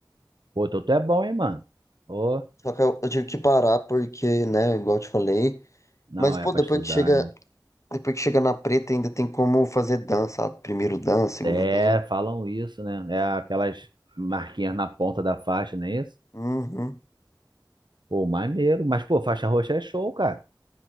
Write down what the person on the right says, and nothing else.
pô, tu tu é bom, hein, mano? Ô,
não,
é pra
estudar,
é.
É, falam isso, né? É aquelas marquinhas na ponta da faixa, não é isso?
Pô, maneiro, mas pô, faixa roxa é show, cara.